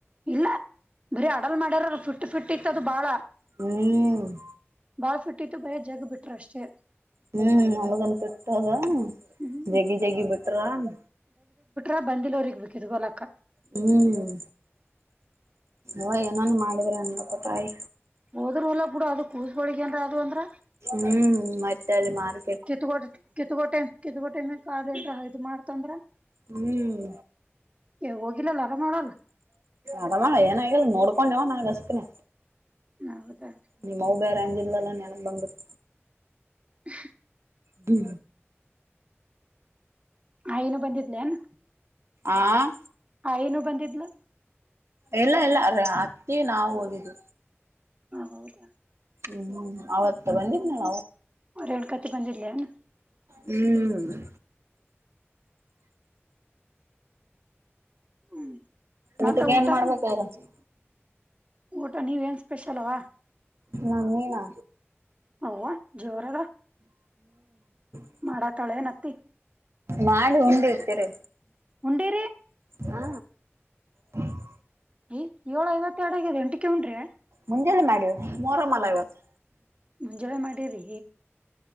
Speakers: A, on the right (about 30°); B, on the right (about 70°).
A: ಇಲ್ಲ ಬರೀ ಅಡಲ್ ಮಾಡ್ಯಾರ ಫಿಟ್ಟ ಫಿಟ್ಟ ಇತ್ತದು ಬಾಳ
B: ಹ್ಮ ಹ್ಮ್
A: ಬಾಳ್ ಫುಟ್ಟಿತ್ತು ಬರ ಜಗ್ ಬಿಟ್ರ ಅಷ್ಟೇ
B: ಹ್ಮ್ ನಮಗನ್ ಬಿಟ್ಟಾಗ
A: ಹ್ಮ್
B: ಜಗ್ಗಿ ಜಗ್ಗಿ ಬಿಟ್ರ ಹ್ಮ
A: ಅ ಬಂದಿಲ್ಲೋರರಿಗೆಗ್ ಬೇಕಿದ್ ಗೋಲಕ್ಕ
B: ಹ್ಮ್ ಹ ಏನಂಗ ಮಾಡಿದ್ರ ಅನ್ಪ್ಪ ತಾಯಿ
A: ಹೋದ್ರರು ಹೊಲ ಬಿಡ ಅದ ಕೂಸಗಳೊಳಗೇಏರ ಅದು ಅಂದ್ರ
B: ಹ್ಮ್ ಮತ್ತೆ ಅಲ್ಲಿ ಮಾರ್
A: ಕಿತ್ಕೋ ಕಿತ್ಕೋ ಟಮ ಕಿತ್ಗೋ ಟೈಮಕ್ ಆದಲ್ಲ ಇದದು ಮಾಡ್ತಂದ್ರ
B: ಹ್ಮ್
A: ಯ ಹೋಗಿಲ್ಲಲ್ಲ ಆರಾಮ ಮಾಡಲ್ಲ
B: ಅರಮಳ ಏನಾಗಿಲ್ ನೋಡ್ಕೊಂಡೆವ ನಾ ಅಸಕನೆ
A: ನೌದಾ.
B: ನಿಮ್ಮವ್ವ ಬೇರೆ ಅಂದಿದ್ಲಾಲ ನೆನಪು ಬಂದುಬು
A: ಹ
B: ಡು.
A: ಹಈ ಯಿನು ಬಂದಿದ್ಲೇನ್.
B: ಆ.
A: ಆಈ ಯಿನು ಬಂದಿದ್ಲು.
B: ಇಲ್ಲ ಇಲ್ಲ ಅರ್ ಅಕ್ಕಿ ನಾವು ಹೋಗೀದು.
A: ಹ ಹೌದಾ.
B: ಹ್ಮ್ ಅವತ್ತ ಬಂದಿದ್ನಲ
A: ರೇಣ ಕತಿ ಬಂದಿದಿಲ್ಲೇನ್.
B: ಹ್ಮ್.
A: ಹ್ಮ್ <unintelligible>
B: ಊಟಕ್ಕೆ
A: ಮತ್ತ ಊಟ
B: ಏನ್ ಮಾಡ್ಬೇಕು ಇಗ.
A: ಊಟ ನೀವೇಏನ್ ಸ್ಪೆಷಲ್ವಾ.
B: ನ ನೀನಾ.
A: ಅವ್ವ ಜೋರ ಅದಾ.
B: ಹ್ಮ.
A: ಮಾಡ ತಾಳೆಯೆನ್ ಅತ್ತೀ.
B: ಮಾಡ ಉಂಡ ಇರ್ತೀರಿ.
A: ಉಂಡೇರಿ.
B: ಹಾ. ಹ <inaudible>
A: ಈ ಏಳು ಐವತ್ರೆಡು ಆಗ್ಯದ ಎಂಟಕ್ಕೆ ಉಂಡ್ರೆ.
B: ಮುಂಜೆಲ್ಲ ಮಾಡ್ಯವ ಮೋರ ಮಲ ಇವತ್ತು.
A: ಮುಂಜಾವೆ ಮಾಡ್ ರೀ